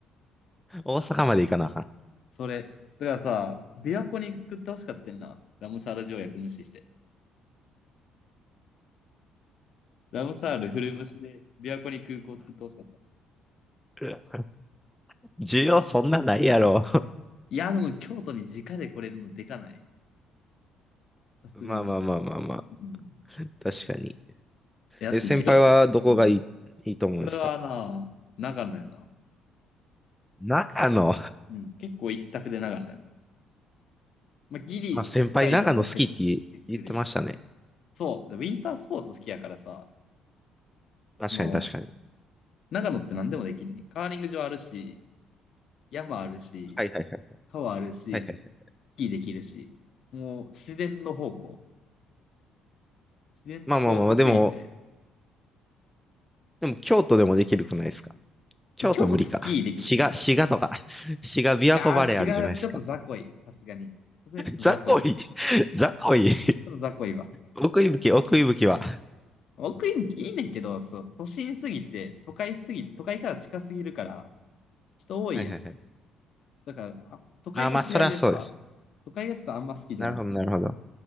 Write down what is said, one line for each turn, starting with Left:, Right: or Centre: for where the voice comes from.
Centre: 大阪まで行かなあかん。
Left: それ。だからさ、琵琶湖に作ってほしかったんな。ラムサール条約無視して。ラムサール古虫で琵琶湖に空港作ってほしかった。
Centre: <laughs> 需要そんなないやろ。
Left: いや、でも京都に直で来れるのでかない。さすがに。
Centre: まあまあまあまあまあ。
Left: うん。
Centre: 確かに。
Left: えだって自分、
Centre: え、先輩はどこがいい、
Left: うん。
Centre: いいと思うんですか
Left: それはな、長野やな。
Centre: 長野。
Left: うん。結構一択で長野やな。まあ、ギリ北海道が競ってくる。
Centre: まあ、先輩長野好きって言言ってましたね。
Left: そう。でウィンタースポーツ好きやからさ、
Centre: 確かに確かに。
Left: その、長野って何でもできんね。カーリング場あるし、山あるし、
Centre: はいはいはい。はい
Left: 川あるし、
Centre: はいはい。
Left: スキーできるし。もう自然の方向。自然の方向すぎて。
Centre: まあまあまあ、でも、でも京都でもできるくないですか京都無理か。
Left: 京都スキーできひん。
Centre: 滋賀、
Left: い
Centre: 滋賀とか、滋賀琵琶湖バレーあるじゃないですか。
Left: やー、違う。ちょっと雑魚い。さすがに。さすがにちょっと雑魚いわ。
Centre: 雑魚い、雑魚い。
Left: ちょっと雑魚いわ。
Centre: 奥伊吹、奥伊吹は。
Left: 奥行きいいねんけど、そう、都心すぎて、都会すぎ、都会から近すぎるから、人多いやん。
Centre: はいはいはい。
Left: だから、あ都会が嫌いでさ、
Centre: ああ、まあ、そりゃそうです。
Left: 都会がちょっとあんま好きじゃなくて、
Centre: なるほど、なるほど。